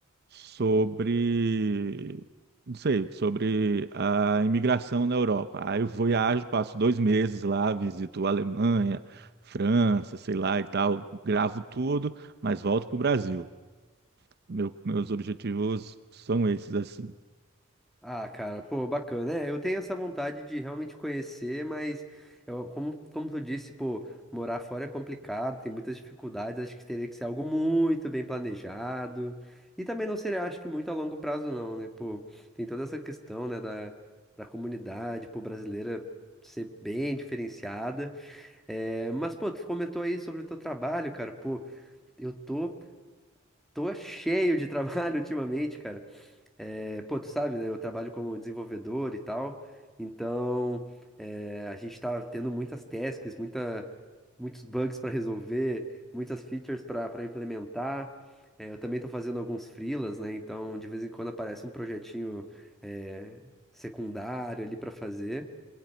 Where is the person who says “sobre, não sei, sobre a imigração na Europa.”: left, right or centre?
Right